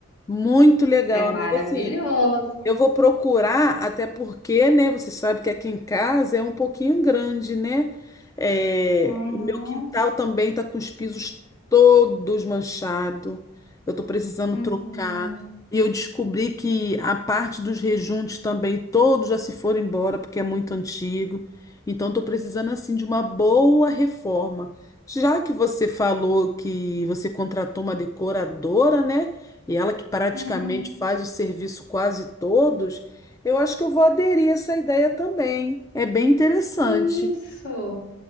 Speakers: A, on the left; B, on the left.
A: muito legal,
B: É maravilhoso.
A: amiga. Assim, Eu vou procurar, até porque, né? Você sabe que aqui em casa é um pouquinho grande, né? É,
B: Uhum.
A: o meu quintal também tá com os pisos todos manchados. Eu tô precisando
B: Uhum,
A: trocar. E eu descobri que a parte dos rejuntos também, todos já se foram embora, porque é muito antigo. Então, tô precisando, assim, de uma boa reforma. Já que você falou que você contratou uma decoradora, né? e ela que praticamente
B: uhum.
A: faz o serviço quase todos, eu acho que eu vou aderir a essa ideia também. É bem interessante.
B: Isso,